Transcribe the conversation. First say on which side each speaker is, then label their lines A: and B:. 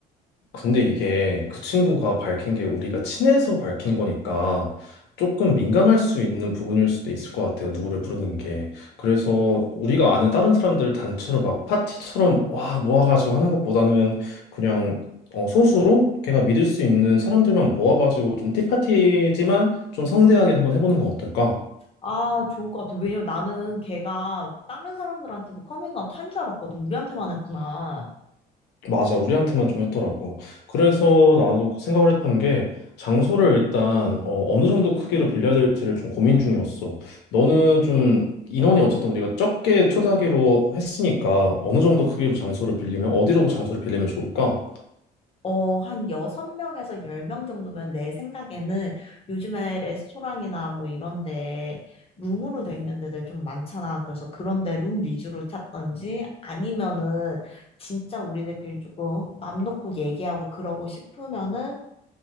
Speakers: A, on the left; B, on the left.
A: 근데 이게 그 친구가 밝힌 게 우리가 친해서 밝힌 거니까 조금 민감할 수 있는 부분일 수도 있을 것 같아요. 누구를 부르는 게. 그래서 우리가 아는 다른 사람들을 단체로 막 파티처럼 와 모아가지고 하는 것보다는 그냥 어, 소수로 걔가 믿을 수 있는 사람들만 모아가지고 좀 티파티지만 좀 성대하게 한번 해보는 건 어떨까?
B: 아, 좋을 것 같아. 왜냐면 나는 걔가 다른 사람들한테도 커밍아웃 한 줄 알았거든. 우리한테만 했구나.
A: 맞아, 우리한테만 좀 했더라고. 그래서 나도 생각을 했던 게 장소를 일단 어, 어느 정도 크기로 빌려야 될지를 좀 고민 중이었어. 너는 좀 인원이 어쨌든 우리가 적게 초대하기로 했으니까 어느 정도 크기로 장소를 빌리면 어디로 장소를 빌리면 좋을까?
B: 어, 한 여섯 명에서 열 명 정도면 내 생각에는 요즘에 레스토랑이나 뭐 이런데 룸으로 돼 있는 데들 좀 많잖아. 그래서 그런데 룸 위주로 찾던지 아니면은 진짜 우리들끼리 조금 맘 놓고 얘기하고 그러고 싶으면은